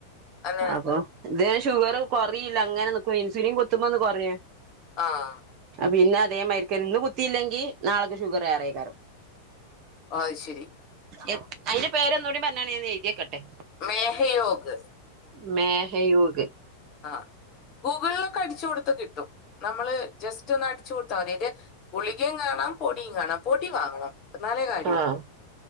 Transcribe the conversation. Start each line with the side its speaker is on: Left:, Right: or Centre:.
Left: അങ്ങനെ
Right: അപ്പൊ ഇത് ഷുഗർ കൊറയില്ല അങ്ങനെനിക്കും ഇൻസുലിൻ കൊത്തുമ്പോന്ന് കൊറയെ
Left: ആഹ
Right: ആ പിന്നതേമാരിക്കന്നെ ഇന്ന് കുത്തില്ലെങ്കിൽ നളെക്ക് ഷുഗറെയ് ക്കാരം
Left: ആയ്ശരി
Right: എ അയിന്റെ പേരൊന്നൂടി പറ്ഞ്ഞാണി ഞാന് എഴ്‌തെക്കട്ടെ
Left: ലെഹയോക്ക്
Right: മേഹയൂഗ്
Left: ആഹ് ഗൂഗിൾലൊക്കെ അടിച്ചു കൊടുത്ത കിട്ടും നമ്മള് ജസ്റ്റ് ഒന്ന് അടിച്ചു കൊടുത്താമതി അയ്ന്റെ ഗുളികേം കാണാം പൊടിയും കാണാം പൊടി വാങ്ങണം എന്നാലേ കാര്യമുള്ളൂ
Right: ആഹ